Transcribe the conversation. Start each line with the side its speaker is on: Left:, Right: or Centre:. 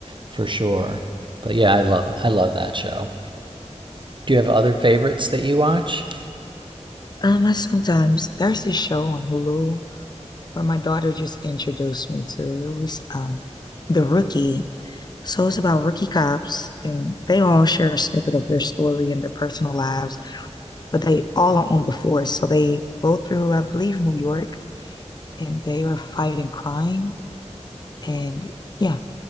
Right: for sure. But yeah, I love I love that show. Do you have other favorites that you watch?
Left: Um, I sometimes there's this show on Hulu where my daughter just introduced me to. It was um The Rookie. So it's about rookie cops, and they all share a snippet of their story and their personal lives, but they all are on the force. So they go through, I believe, New York, and they are fighting crime. And yeah,